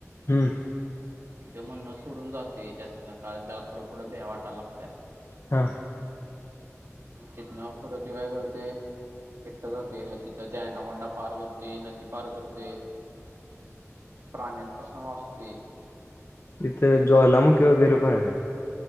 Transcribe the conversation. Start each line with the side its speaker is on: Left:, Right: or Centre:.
Left: हम्म.
Right: आणि त्यो म्हणणंच सोडून जातोय त्यातनं कारण त्याला पुढपुढ भ्या वाटायला लागत्या.
Left: हां.
Right: तिथन फुढ त्यो काय करतोय. एकटा जातोय, मग तिथं त्या ऍनाकोंडा पार करतोय, नदी पार करतोत. ते प्राण्यांपसन वाचतोय.
Left: तिथं ज्वालामुखी वगैरे पण हाय.